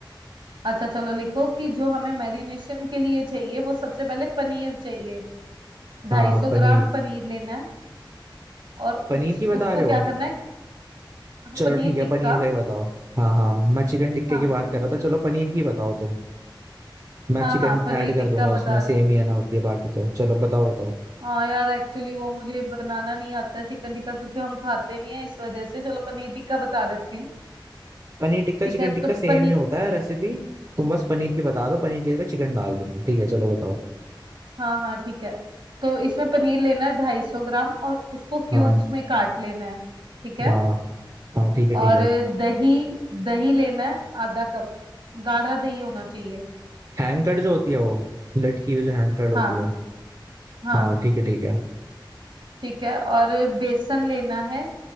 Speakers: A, on the right; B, on the right.
A: अच्छा चलो लिखो कि जो हमें मैरिनेशन के लिए चाहिए वो सबसे पहले पनीर चाहिए
B: हाँ
A: ढाई सौ
B: पनीर
A: ग्राम पनीर लेना है और उस,
B: पनीर की बता
A: उसको
B: रहे
A: क्या
B: हो
A: करना है हाँ,
B: चलो
A: पनीर
B: ठीक है
A: टिक्का
B: पनीर का ही बताओ हाँ हाँ मैं चिकन टिक्के
A: हाँ
B: की बात कर रहा था चलो पनीर की बताओ तुम मैं
A: हाँ
B: चिकन
A: हाँ पनीर
B: ऐड कर
A: टिक्का
B: दूंगा
A: बता
B: उसमें सेम
A: रहे थे
B: ही है ना होती है बाकी तो चलो बताओ बताओ
A: हाँ यार एक्चुअली वो मुझे बनाना नहीं आता चिकन टिक्का क्योंकि हम खाते नहीं है इस वजह से चलो पनीर टिक्का बता देती हूँ
B: पनीर टिक्का
A: ठीक
B: चिकन
A: है तो
B: टिक्का सेम
A: पनीर
B: ही होता है रेसिपी तुम बस पनीर की बता दो पनीर की जगह चिकन डाल दो ठीक है चलो बताओ
A: हाँ हाँ ठीक है तो इसमें पनीर लेना है ढाई सौ ग्राम और उसको क्यूब्स
B: हाँ
A: में काट लेना है ठीक है
B: हाँ हाँ ठीक है
A: और
B: ठीक है
A: दही दही लेना है आधा कप गाढ़ा दही होना चाहिए
B: हैंग कर्ड जो होती है वो लटकी हुई जो हैंग कर्ड होती
A: हाँ
B: है
A: हाँ
B: हाँ ठीक है ठीक है
A: ठीक है और बेसन लेना है